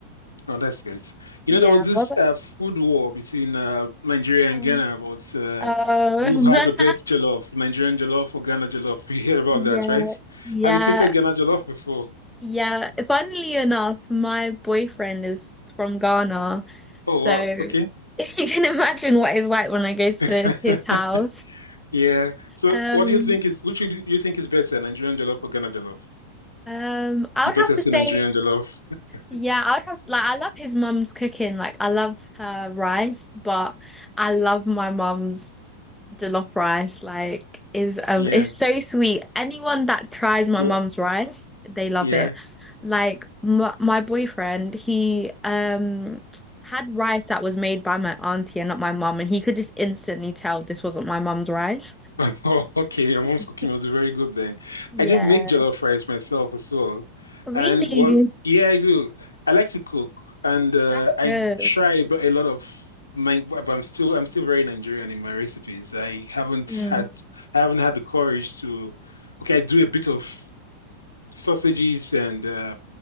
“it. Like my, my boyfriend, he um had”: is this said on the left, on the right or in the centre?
Centre